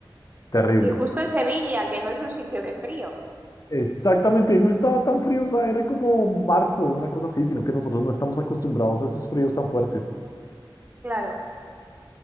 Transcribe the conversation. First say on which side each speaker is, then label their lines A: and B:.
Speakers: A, on the left; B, on the right.
A: Terrible.
B: Y justo en Sevilla, que no es un sitio de frío.
A: Exactamente, y no estaba tan frío, o sea, era como marzo, una cosa así, sino que nosotros no estamos acostumbrados a esos fríos tan fuertes.
B: Claro.